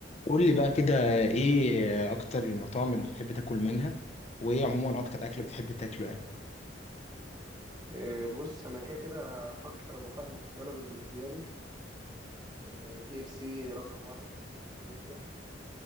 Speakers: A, on the left; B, on the right.
A: قول لي بقى كده ايه اكتر المطاعم اللي بتحب تاكل منها وايه عموما اكتر اكل بتحب تاكله يعني
B: إيه، بص انا كده كده اكتر مطاعم مفضله بالنسبه لي آه، كي اف سي رقم واحد كده كده